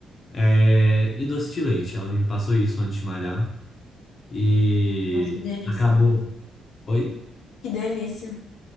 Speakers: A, on the left; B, on the left.
A: eh, e doce de leite. Ela me passou isso antes de malhar e
B: Nossa, que delícia.
A: acabou. Oi?
B: Que delícia.